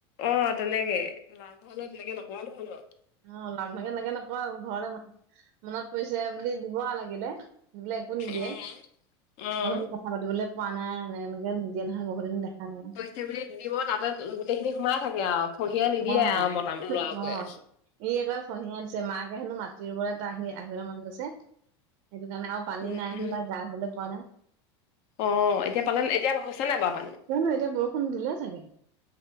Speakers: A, on the left (about 60°); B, on the right (about 55°).
A: অ তেনেকে লাভো <unintelligible>
B: অ লাভ লাগে থাকে তেনেকে নকয়, ঘৰৰে মনত পৰিছে বুলি দিব আৰু লাগিলে। এইবিলাক একো নিদিয়ে।
A: উম অ
B: বহুত দিন কথা পাতিবলৈ পোৱা নাই এনে এনেকে নিদিয়ে নহয়, বহুত দিন দেখা নাই
A: সেইবুলি নিদিব তাতে গোটেইখিনি সোমাই থাকে আৰু থহিয়ে নিদিয়ে
B: অ
A: আৰু মতা ল'ৰাবোৰে।
B: অ ই একে ফহিয় দিছে মাকে হেনো মাটি ৰুবলে আহি আহিবলে মন গৈছে সেইটো কাৰণে আউ পানী
A: উম
B: নাই নো গা হ'লে পোৱা নাই।
A: অ এতিয়া পালে এতিয়া হৈছে নাই বাৰু পানী?
B: <unintelligible> নো এতিয়া বৰষুণ দিলে চাগে।